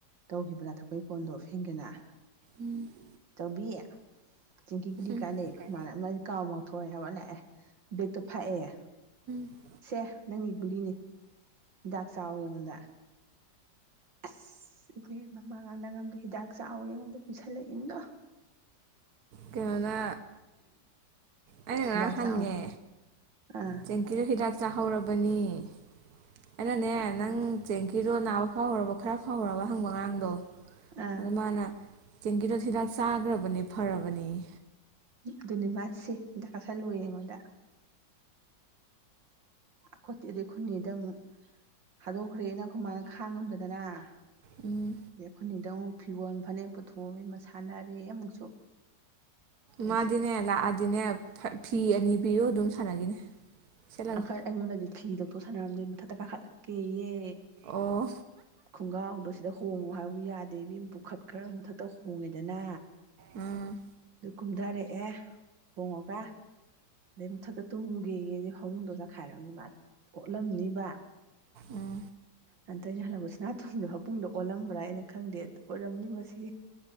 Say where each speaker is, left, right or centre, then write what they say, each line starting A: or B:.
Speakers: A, on the right; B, on the right.
A: ꯇꯧꯈꯤꯕꯗꯥ ꯊꯛꯄꯒꯤ ꯀꯣꯟꯗꯣ ꯐꯦꯡꯒꯦꯅ
B: ꯂꯥꯎꯕꯗꯨꯗꯅꯦ ꯊꯤ
A: ꯎꯕꯤ ꯆꯦꯡꯒꯤ ꯒꯨꯂꯤ
B: ꯀꯥꯏꯅꯩꯑꯕ
A: ꯀꯥꯏ ꯂꯩ ꯃꯥꯅ ꯃꯥ ꯀꯥꯎ ꯉꯥꯎꯊꯣꯔꯦ ꯍꯧꯋꯥꯠ ꯂꯥꯛꯑꯦ ꯕꯦꯛꯇꯣ ꯐꯛꯑꯦ
B: ꯉꯝꯃꯣꯏ ꯍꯥꯏꯕꯅꯦ ꯑꯦ
A: ꯁꯦ ꯅꯪꯒꯤ ꯒꯨꯂꯤꯅꯤ ꯍꯤꯗꯥꯛ ꯆꯥꯎꯋꯦ ꯑꯩꯉꯣꯟꯗ ꯑꯁ ꯏꯕ ꯃꯃꯥꯒꯥꯡ ꯅꯉꯗꯣ ꯍꯤꯗꯥꯛ ꯆ ꯆꯥꯎꯋꯦ ꯑꯩꯉꯣꯟꯗ ꯄꯨꯁꯜꯂꯛꯏꯗꯣ
B: ꯀꯩꯅꯣꯅ ꯑꯩꯅ ꯉꯔꯥꯡ
A: ꯑꯗ
B: ꯍꯪꯉꯦ
A: ꯁꯥ ꯑ
B: ꯆꯦꯡꯀꯤꯗꯣ ꯍꯤꯗꯥꯛ ꯆꯥꯍꯧꯔꯕꯅꯤ ꯑꯅꯅꯦ ꯅꯪ ꯆꯦꯡꯀꯤꯗꯣ ꯑꯅꯥꯕ ꯐꯥꯎꯍꯔꯕ ꯈꯔ ꯐꯥꯎꯍꯔꯕ ꯍꯪꯕ ꯑꯥꯡꯗꯣ
A: ꯑꯥ
B: ꯑꯗꯨ ꯃꯥꯅ ꯆꯦꯡꯒꯤꯗꯣ ꯍꯤꯗꯥꯛ ꯆꯥꯈ꯭ꯔꯕꯅꯦ ꯐꯔꯕ ꯑꯃꯅꯤꯅꯤ
A: ꯑꯗꯨꯅꯤ ꯃꯥꯁꯤꯗꯀꯁꯔ ꯂꯣꯏꯌꯦ ꯑꯩꯉꯣꯟꯗ ꯈꯣꯠꯇꯤ ꯑꯗꯨ ꯈꯨꯟꯅꯤꯗ ꯑꯃꯨꯛ ꯍꯥꯗꯣꯛꯈ꯭ꯔꯦꯅ ꯑꯩꯈ ꯃꯥꯅ ꯈꯥꯡꯉꯝꯕꯗꯅ ꯑꯗꯑꯩ
B: ꯎꯝ
A: ꯑꯈꯣꯏ꯫ ꯅꯦꯗꯥ ꯑꯃꯨꯛ ꯐꯤꯌꯣꯜ ꯐꯅꯦꯛ ꯄꯨꯊꯣꯛꯑꯦ ꯃꯁꯥꯟꯅꯔꯦ ꯑꯃꯨꯛꯁꯨ ꯑꯗꯩ
B: ꯃꯗꯤꯅꯦ ꯂꯛ ꯑꯗꯤꯅꯦ ꯐꯤ ꯑꯅꯤ ꯄꯤꯌꯣ ꯑꯗꯨꯝ ꯁꯥꯟꯅꯈꯤꯅꯤ ꯁꯦꯠꯂꯒ
A: ꯑꯩꯈꯣꯏ ꯑꯩꯉꯣꯟꯗꯗꯤ ꯐꯤꯗ ꯇꯣ ꯁꯥꯟꯅꯔꯝꯗꯦ ꯇꯊ ꯇ ꯀꯥ ꯈꯜꯂꯛ ꯀꯦ ꯌꯦ
B: ꯑꯣ
A: ꯈꯨꯡꯒꯧꯗꫭ ꯁꯤꯗ ꯍꯣꯡꯉꯨ ꯍꯥꯏꯕꯨ ꯌꯥꯗꯦ ꯏꯕꯦꯝ ꯄꯨꯈꯠ ꯈꯔ ꯃꯊꯛꯇ ꯍꯣꯡꯉꯦꯗꯅ
B: ꯎꯝ
A: ꯑꯗꯨ ꯀꯨꯝꯊꯔꯛꯑꯦ ꯍꯣꯡꯉꯒ ꯑꯗꯩ ꯃꯊꯛꯇ ꯇꯨꯝꯉꯨꯒꯦꯒꯗꯤ ꯐꯃꯨꯡꯗꯣ ꯆꯈꯥꯏꯔꯝꯅꯤꯕ ꯑꯣꯠꯂꯝꯅꯤꯕ
B: ꯎꯝ
A: ꯅꯟꯇ ꯑꯩꯅ ꯍꯜꯂꯛꯄ ꯁꯅꯥꯇꯨꯝꯗꯣ ꯍꯥꯕꯨꯡꯗꯣ ꯑꯣꯜꯂꯝꯕ꯭ꯔꯥ ꯑꯩꯅ ꯈꯪꯗꯦ ꯑꯣꯏꯔꯝꯅꯤ ꯃꯁꯤ